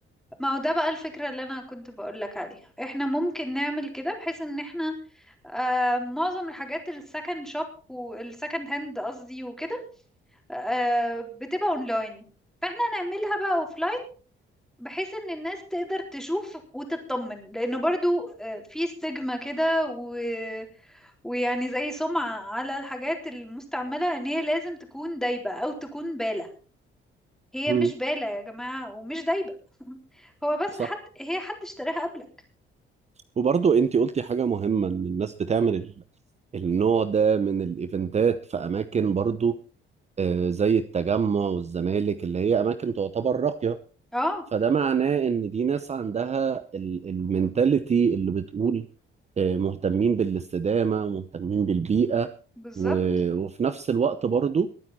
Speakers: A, in the centre; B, on the right (about 30°).
A: ما هو ده بقى الفكرة اللي انا كنت بقول لك عليها احنا ممكن نعمل كده بحيث ان احنا آه معظم الحاجات السكند شوب والسكند هاند قصدي وكده آه بتبقى اونلاين فاحنا نعملها بقى اوفلاين بحيث ان الناس تقدر تشوف وتطمن لانه برضو آه، في ستيجما كده و... ويعني زي سمعة على الحاجات المستعملة ان هي لازم تكون دايبة او تكون بالة هي
B: مم.
A: مش بالة يا جماعة ومش دايبة <laughs> هو بس
B: صح
A: حد هي حد اشتراها قبلك
B: وبرضو انت قلتي حاجة مهمة ان الناس بتعمل ال- النوع ده من الايفنتات في اماكن برضو آه، زي التجمع والزمالك اللي هي اماكن تعتبر راقيه
A: اه
B: فده معناه ان دي ناس عندها ال- المنتاليتي اللي بتقول آه، مهتمين بالاستدامه ومهتمين بالبيئه
A: بالظبط
B: و- وفي نفس الوقت برضو